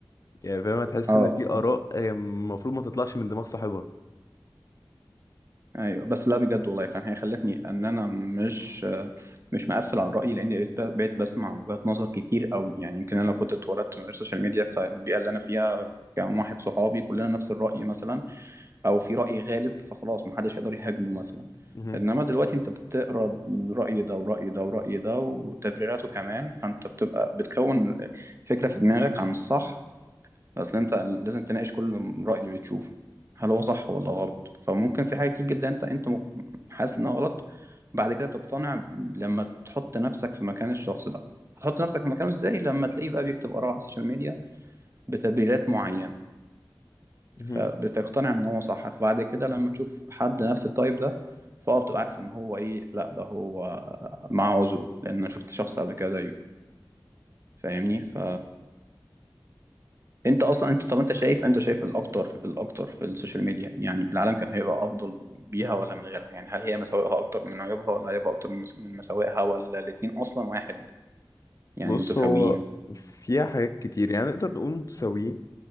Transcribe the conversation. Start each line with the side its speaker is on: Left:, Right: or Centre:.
Left: يعني فاهم هتحس
Right: اه
Left: ان في آراء
Right: اه
Left: هي المفروض ما تطلعش من دماغ صاحبها
Right: ايوه بس لا بجد والله فعلا هي خلتني ان انا مش مش مقفل على رايي لان بقيت بقيت بسمع وجهات نظر كتير قوي يعني يمكن انا لو كنت اتولدت من غير سوشيال ميديا فالبيئه اللي انا فيها كان واحد صحابي كلنا نفس الراي مثلا او في رأي غالب فخلاص محدش هيقدر يهاجمه مثلا
Left: مهم.
Right: انما دلوقتي انت بتقرا رأي ده ورأي ده ورأي ده وتبريراته كمان فانت بتبقى بتكون فكرة في دماغك عن الصح اصل انت لازم تناقش كل رأي بتشوفه هل هو صح ولا غلط فممكن في حاجة كتير جدا انت انت م- حاسس انها غلط بعد كده تقتنع لما تحط نفسك في مكان الشخص ده هتحط نفسك في مكانه ازاي لما تلاقيه بقى بيكتب آراء على السوشيال ميديا بتبريرات معينة
Left: مهم.
Right: فبتقتنع ان هو صح فبعد كده لما تشوف حد نفس التايب ده فاه بتبقى عارف ان هو ايه لا ده هو مع عذره لان انا شفت شخص قبل كده زيه فاهمني فانت اصلا انت طب انت شايف انت شايف الاكتر الاكتر في السوشيال ميديا يعني العالم كان هيبقى افضل بيها ولا من غيرها يعني هل هي مساوئها اكتر من عيوبها ولا عيوبها اكتر من مس- من مساوئها ولا الاتنين اصلا واحد يعني
Left: بص
Right: متساويين
Left: هو فيها حاجات كتير يعني نقدر نقول متساويين